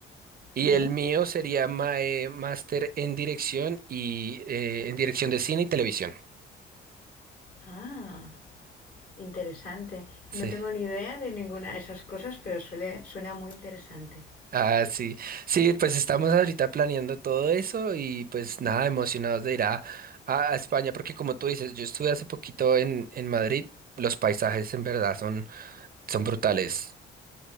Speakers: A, on the right; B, on the left.
A: Y
B: Ujú.
A: el mío sería ma- eh, máster en dirección y eh, en dirección de cine y televisión.
B: Ah, interesante.
A: Sí.
B: No tengo ni idea de ninguna de esas cosas, pero suele, suena muy interesante.
A: Ah, sí. Sí, pues estamos ahorita planeando todo eso y pues nada, emocionados de ir a, a- a España, porque como tú dices, yo estuve hace poquito en, en Madrid, los paisajes en verdad son, son brutales.